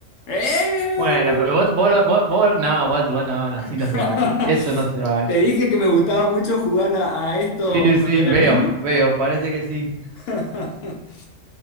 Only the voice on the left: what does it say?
¡Eh!
<laughs>
Te dije que me gustaba mucho jugar a, a esto
cuando
era
niño.
<laughs>